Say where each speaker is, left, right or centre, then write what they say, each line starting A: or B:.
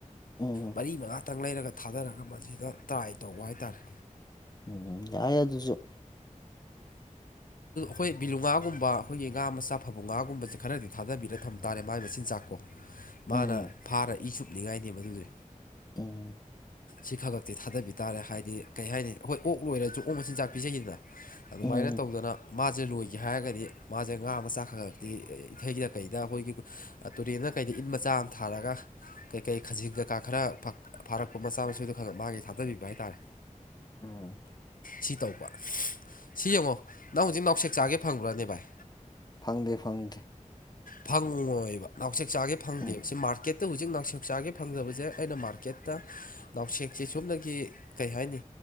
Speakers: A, on the left (about 30°); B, on the left (about 85°).
A: ꯎꯝ
B: ꯃꯔꯤ ꯃꯉꯥ ꯈꯤꯇꯪ ꯂꯩꯔꯒ ꯊꯥꯗꯔꯒ ꯃꯁꯤꯗ ꯇ꯭ꯔꯥꯏ ꯇꯧꯕ ꯍꯥꯏꯇꯥꯔꯦ
A: ꯎꯝ ꯌꯥꯏ ꯑꯗꯨꯁꯨ
B: ꯍꯣꯏ ꯕꯤꯂꯨ ꯉꯥꯒꯨꯝꯕ ꯑꯩꯈꯣꯏꯒꯤ ꯉꯥ ꯃꯆꯥ ꯐꯕꯨꯡ ꯉꯥꯒꯨꯝꯕꯁꯦ ꯈꯔꯗꯤ ꯊꯥꯗꯕꯤꯔ ꯊꯝ ꯇꯥꯔꯦ ꯃꯥꯒꯤ ꯃꯆꯤꯟꯖꯥꯛꯀꯣ
A: ꯎꯝ
B: ꯃꯥꯅ ꯐꯥꯔ ꯏ ꯁꯨꯞꯅꯤꯡꯉꯥꯏꯅꯦ ꯃꯗꯨꯗꯤ
A: ꯑꯝ
B: ꯁꯤ ꯈ ꯈꯛꯇꯤ ꯊꯥꯗꯕꯤ ꯇꯥꯔꯦ ꯍꯥꯏꯗꯤ ꯀꯩ ꯍꯥꯏꯅꯤ ꯑꯩꯣꯏ ꯑꯣꯛ ꯂꯣꯏꯔꯁꯨ ꯑꯣꯛ ꯃꯆꯤꯟꯖꯥꯛ ꯄꯤꯖꯩꯁꯤꯗꯅ ꯑꯗꯨꯃꯥꯏꯅ
A: ꯎꯝ
B: ꯇꯧꯗꯅ ꯃꯥꯁꯦ ꯂꯣꯏꯒꯦ ꯍꯥꯏꯔꯒꯗꯤ ꯃꯥꯁꯦ ꯉꯥ ꯑꯃ ꯆꯥꯛꯈꯂꯛꯇꯦ ꯏꯊꯩꯗ ꯀꯩꯗ ꯑꯩꯈꯣꯏꯒꯤ ꯇꯨꯔꯦꯟꯗ ꯈ ꯀꯩꯗ ꯏꯟ ꯃꯆꯥ ꯑꯃ ꯊꯥꯔꯒ ꯀꯩꯀꯩ ꯈꯖꯤꯡ ꯀꯩꯀꯥ ꯈꯔ ꯐꯥꯔꯛꯄ ꯃꯆꯥ ꯃꯁꯨꯗꯣ ꯈꯪꯉ ꯃꯥꯒꯤ ꯊꯥꯗꯕꯤꯕ ꯍꯥꯏꯇꯥꯔꯦ
A: ꯎꯝ
B: ꯁꯤ ꯇꯧ ꯁꯤ ꯌꯦꯡꯉꯣ ꯅꯪ ꯍꯧꯖꯤꯛ ꯅꯥꯎꯁꯦꯛ ꯆꯥꯒꯦ ꯐꯪꯕ꯭ꯔꯅꯦ ꯚꯥꯏ
A: ꯐꯪꯗꯦ ꯐꯪꯗꯦ
B: ꯐꯪꯉꯣꯏꯕ ꯅꯥꯎꯆꯦꯛ ꯆꯥꯒꯦ ꯐꯪꯗꯦꯕ
A: ꯎꯝ
B: ꯁꯤ ꯃꯥꯔꯀꯦꯠ ꯑ ꯍꯧꯖꯤꯛ ꯅꯥꯎꯁꯦꯛ ꯆꯥꯒꯦ ꯐꯪꯗꯕꯁꯦ ꯑꯩꯅ ꯃꯥꯔꯀꯦꯠꯇ ꯅꯥꯎꯁꯦꯛꯁꯦ ꯁꯨꯞꯅꯒꯤ ꯀꯩ ꯍꯥꯏꯅꯤ